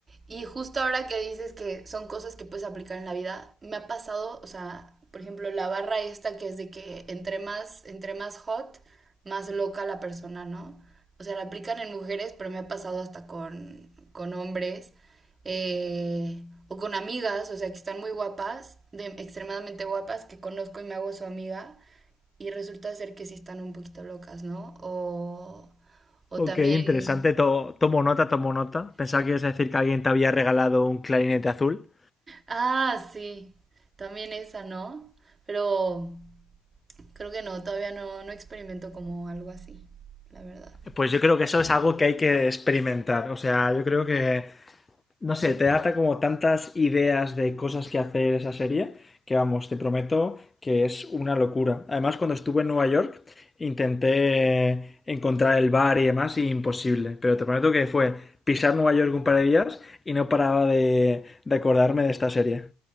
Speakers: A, on the right (about 30°); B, on the left (about 20°).
A: y justo ahora que dices que son cosas que puedes aplicar en la vida, me ha pasado, o sea, por ejemplo, la barra esta que es de que entre más, entre más hot, más loca la persona, ¿no? O sea, la aplican en mujeres, pero me ha pasado hasta con, con hombres eh, o con amigas, o sea, que están muy guapas, de, extremadamente guapas, que conozco y me hago su amiga, y resulta ser que sí están un poquito locas, ¿no? O, o
B: Ok,
A: también
B: interesante. To- tomo nota, tomo nota. Pensaba que ibas a decir que alguien te había regalado un clarinete azul.
A: Ah, sí, también esa, ¿no? Pero creo que no, todavía no, no experimento como algo así, la verdad.
B: Pues yo creo que eso es algo que hay que experimentar. O sea, yo creo que, no sé, te da como tantas ideas de cosas que hacer esa serie que, vamos, te prometo que es una locura. Además, cuando estuve en Nueva York, intenté encontrar el bar y demás, y imposible. Pero te prometo que fue pisar Nueva York un par de días y no paraba de, de acordarme de esta serie.